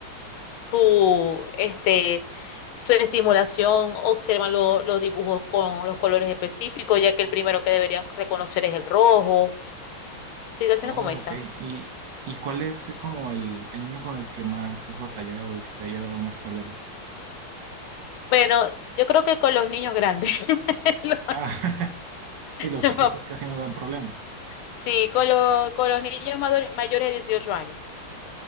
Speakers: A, on the left; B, on the right.
A: su, este, su estimulación, observan lo- los dibujos con los colores específicos, ya que el primero que deberían reconocer es el rojo, situaciones
B: Oh,
A: como esa.
B: ok. ¿Y, y cuál es como el, el niño con el que más has batallado o que te haya dado más problemas?
A: Bueno, yo creo que con los niños grandes, <laughs> los-
B: Ah, <laughs> Sí, los
A: los
B: chiquitos
A: pap-
B: casi no dan problema.
A: sí, con, los con los niños madure- mayores de 18 años,